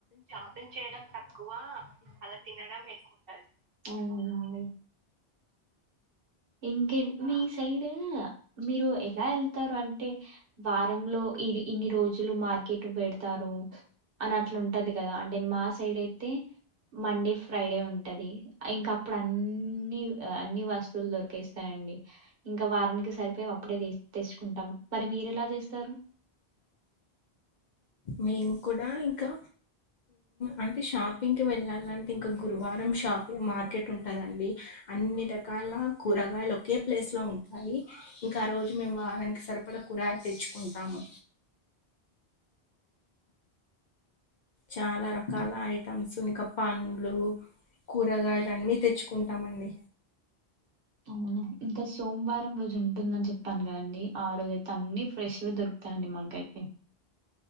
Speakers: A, on the right (about 60°); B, on the left (about 55°).
A: షాపింగ్ చేయడం తక్కువ అలా తినడం ఎక్కువ ఉంటుంది ఇంక మీ సైడ్ మీరు ఎలా వెల్తారు అంత అ వారంలో ఇ ఇన్ని రోజులు మార్ కటు పెడతారు అని అట్లుంటది కదా అంటే మా సైడ్ అయితే మండే ఫ్రైడే ఉంటది ఇంకా అప్పుడు అన్ని అన్ని వస్తువులు దొరికేస్తాయిడి ఇంకా వారానికి సరిపో అప్పుడే కుంటాం మరి మీరు ఎలా చేస్తారు
B: మేము కూడా ఇంకా అంటే షాపింగ్కి వెళ్ళాలంటే ఇంకా గురువారం షాపింగ్ మార్కెట్ ఉంటదండి అన్ని రకాల కూరగాయలు ఒకే ప్లేస్ లో ఉంటాయి ఇంకా ఆ రోజు మేము వారానికి సరి పప్పల కూర తెచ్చుకుంటాము చాలా రకాల ఐటమ్స్ ఇంకా పండ్లు కూరగాయలున్నీ తెచ్చుకుంటామండి
A: అవునా ఇంకా సోమవారం రోజు ఉంటుందని చెప్పాను కదండి ఆ రోజ అయితే అన్ని ఫ్రెష్గా దొరుకుతాయిండి మాకైతే